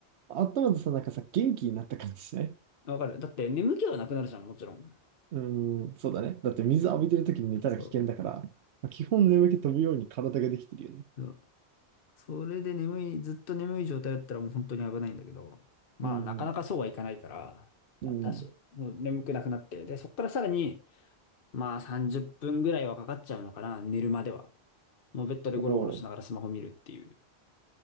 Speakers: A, on the right; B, on the left.
A: 温まるとさ、なんかさ、元気になった感じしない
B: わかる。だって眠気はなくなるじゃん、もちろん。
A: うん、そうだね。だって水浴びてる時に寝たら危険だから、
B: そ
A: まあ基本眠気飛ぶように体ができてるよね。
B: う。それで眠い、ずっと眠い状態だったらもう本当に危ないんだけど、まあなかなかそうはいかないから、
A: うんうん。
B: まあ多少、
A: うん。
B: もう眠くなくなって、で、そっからさらに、まあ30分ぐらいはかかっちゃうのかな、寝るまでは。もうベッドでゴロゴロしながらスマホ見るっていう。
A: おお。